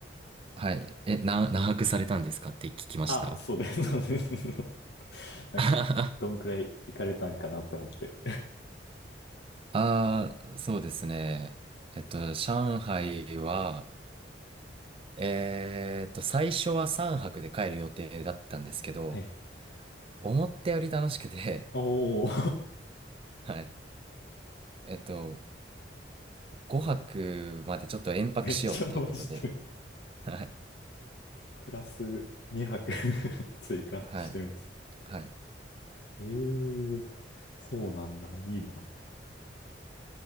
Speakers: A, on the right; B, on the left.
A: はい。え、な、何泊されたんですかって聞きました。
B: あ、そうです、そうです。<laughs> なんか、
A: <laughs>
B: どんくらい行かれたんかなって思って。
A: ああそうですね。えっと、上海は、えーっと、最初は3泊で帰る予定だったんですけど、
B: はい。
A: 思ったより楽しくて、
B: おお
A: <laughs> はい。えっと、5泊までちょっと延泊しようっていうことで、
B: <laughs> めっちゃ伸ばしてる
A: はい。
B: プラス2泊 <laughs> 追加してるんです。
A: はい。はい。
B: ええそうなんだ。いいな。